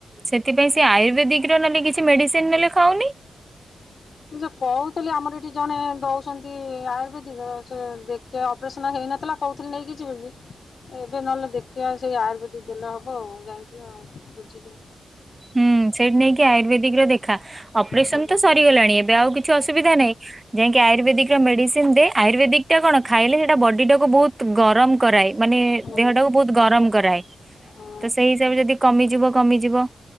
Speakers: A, on the right; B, on the left.
A: ସେଥିପାଇଁ ସେ ଆୟୁର୍ବେଦିକ ନେଲେ କିଛି ମେଡିସିନ ନେଲେ ଖାଉନି
B: ମୁ ଯ କହୁ ଆମର ଏଠି ଜଣେ ଦଉଛନ୍ତି ଆୟୁର୍ବେଦିକ ସେ ଦେଖ ଅପରେସନ ହେଇନଥିଲା କହୁଥିଲି ନେଇକି ଛି ବୋଲି ଏବେ ନହେଲେ ଦେଖିବା ସେଇ ଆୟୁର୍ବେଦିକ ଦେଲେ ହବ ଆଉ ଯାଇଥିବ ଆଉ ବୁଝଥିବ।
A: ହୁଁ ସେଇଠି ନେଇକି ଆୟୁର୍ବେଦିକ ର ଦେଖା। ଅପରେସନ
B: ହଁ ହଁ
A: ତ ସରିଗଲାଣି ଏବେ ଆଉ କିଛି ଅସୁବିଧା ନାହିଁ ଯାଇକି ଆୟୁର୍ବେଦିକ ର ମେଡିସିନ ଦେ ଆୟୁର୍ବେଦିକ ଟା କଣ ଖାଇଲେ ସେଇଟା ବୋଡୁଟା କୁ ବହୁତ ଗରମ କରାଏ। ମାନେ
B: ହଁ।
A: ଦେହଟାକୁ ବହୁତ ଗରମ କରାଏ ତ
B: ହଁ
A: ସେଇ ହିସାବରେ ଯଦି କମିଯିବ କମିଯିବ।